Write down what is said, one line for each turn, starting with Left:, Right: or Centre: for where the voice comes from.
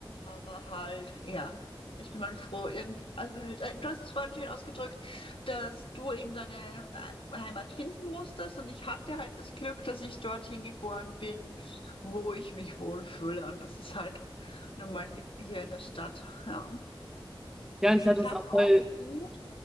Left: Aber halt, ja, ich bin mal froh, irgend, also, äh, du hast es vorhin schön ausgedrückt, dass du eben deine äh, Heimat finden musstest und ich hatte halt das Glück, dass ich dorthin geboren bin, wo ich mich wohlfühle und das ist halt nun mal hi- hier in der Stadt, ja.
Centre: Ja, und ich dachte,
Left: Ich
Centre: das
Left: habe
Centre: ist auch
Left: es auch
Centre: voll.
Left: gut,